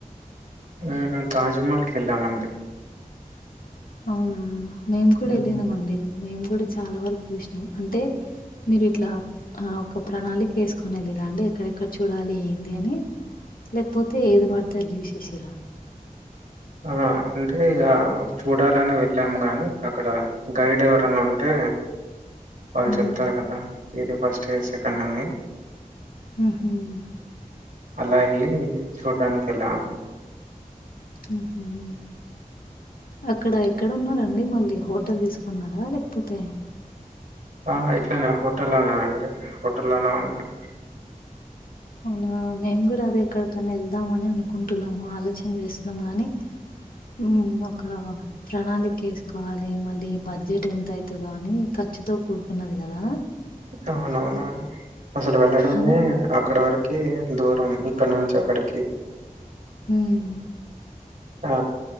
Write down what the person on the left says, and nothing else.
అవునా మేము కూడా
వెళ్ళినాం అండి మేము కూడా చాలా వరకు చూసినాం అంటే. మీరు ఇట్లా ఆహ్ ఒక ప్రణాళిక వేసుకొని వెళ్ళిండ్రా అండి ఎక్కడెక్కడ చూడాలి ఏంది అని. లేకపోతే ఏది వాడితే అది చూసేసిండ్రా.
హ్మ్.
ఉమ్.
ఉమ్. అక్కడ ఎక్కడ ఉన్నారండి మళ్ళీ హోటల్ తీసుకున్నారా లేకపోతే.
అవునా మేము కూడా అదే ఎక్కడికన్నా వెళ్దాము అని అనుకుంటున్నాము ఆలోచన చేస్తున్నాము గానీ. ఉమ్ ఒకవ ప్రణాళిక వేసుకోవాలి మళ్ళీ బడ్జెట్ ఎంత అయితదో అని ఖర్చుతో కూడుకున్నది కదా.
అదే
హ్మ్.